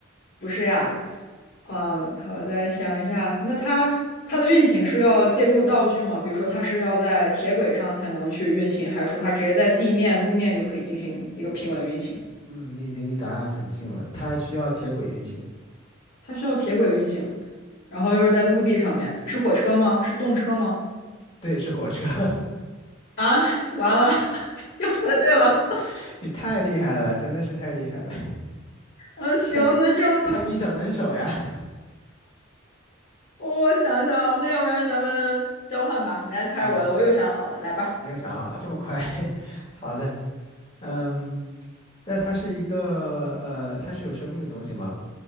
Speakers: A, on the left; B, on the left.
A: 不是呀，啊，好，我再想一下，那它它的运行是要借助道具吗？比如说，它是要在铁轨上才能去运行，还是说它直接在地面、路面就可以进行一个平稳运行？
B: 嗯，你已经离答案很近了，它需要铁轨运行。
A: 它需要铁轨运行，然后又是在陆地上面，是火车吗？是动车吗？
B: 对，是火车。
A: 啊，完了，<laughs> 又猜对了。
B: <laughs> 你太厉害了，真的是太厉害了，<laughs>
A: 嗯，行，
B: 猜
A: 那这样子，
B: 猜谜小能手呀。
A: 我想一想，那要不然咱们交换吧，
B: <laughs>
A: 你来猜我的，
B: 嗯。
A: 我又想好了，来吧。
B: 你又想好了，这么快？<laughs> 好的，嗯，那它是一个呃，它是有生命的东西吗？